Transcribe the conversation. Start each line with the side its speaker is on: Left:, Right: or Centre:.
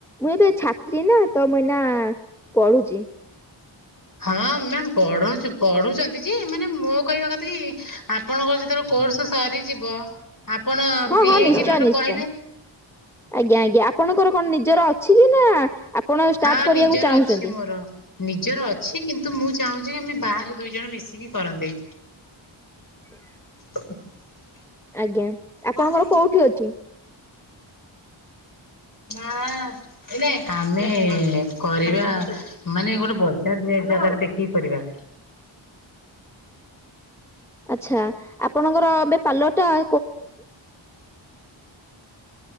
Centre: ମୁଁ ଏବେ ଛାତ୍ରୀ ନା ତ ମୁଁ ଏଇନା ପଢୁଛି।
Left: ହଁ ମ୍ୟାମ୍ ପଢଉଚ ପଢୁଛନ୍ତି ଯେ ମାନେ ମୋ କହିବା କଥା କି ଆପଣଙ୍କର ଯେତେବେଳେ କୋର୍ସ ସରିଯିବ ଆପଣ
Centre: ହଁ
Left: ଫ୍ରି
Centre: ହଁ
Left: ହେଇକି
Centre: ନିଶ୍ଚୟ
Left: ନହେଲେ
Centre: ନିଶ୍ଚୟ
Left: କହିବେ।
Centre: ଆଜ୍ଞା ଆଜ୍ଞା ଆପଣଙ୍କର କଣ ନିଜର ଅଛି କି ନା ଆପଣ ଷ୍ଟାର୍ଟ
Left: ହଁ
Centre: କରିବାକୁ
Left: ନିଜର
Centre: ଚାହୁଁଛନ୍ତି
Left: ଅଛି ମୋର ନିଜର ଅଛି କିନ୍ତୁ ମୁଁ ଚାହୁଁଛି କି ଆମେ ବାହାରେ ଦୁଇ ଜଣ ମିଶିକି କରନ୍ତେ।
Centre: <inaudible>
Left: <inaudible>
Centre: ଆଜ୍ଞା ଆପଣଙ୍କର
Left: ହୁଁ
Centre: କୋଉଠି ଅଛି?
Left: ମାଆ ଆ ଏଇ ନେ ଆମେ କରିବା ମାନେ ଗୋଟେ ବଡ ସେଟା ଗୋଟେ ବେ ଜାଗା ରେ ଦେଖିକି କରିବା।
Centre: ଆଚ୍ଛା ଆପଣଙ୍କର